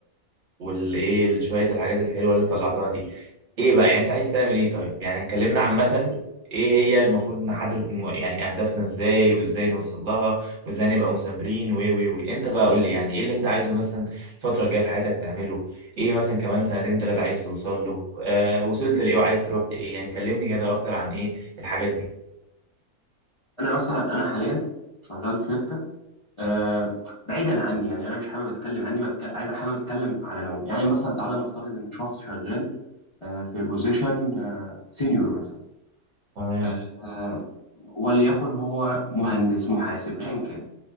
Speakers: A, on the right; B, on the left.
A: والايه شويه الحاجات الحلوه اللي انت طلعتها دي ايه بقى يعني انت عايز تعمل ايه طيب يعني اتكلمنا عامه ايه هي المفروض نحدد م- يعني اهدافنا ازاي وازاي نوصل لها وازاي نبقى مثابرين و و و انت بقى قول لي يعني ايه اللي انت عايزه مثلا الفتره الجايه في حياتك تعمله ايه مثلا كمان سنتين ثلاثة عايز توصل له آه وصلت لايه وعايز تروح لايه يعني كلمني كده اكتر عن ايه الحاجات دي
B: انا مثلا انا حاليا شغال في شركه آه، بعيدا عني يعني انا مش حابب اتكلم عني بتك... عايز حابب اتكلم على العموم يعني مثلا تعالى نفترض ان شخص شغال آه، في بوزيشن سينيور مثلا
A: تمام
B: آه، آه، وليكن هو مهندس محاسب ايا كان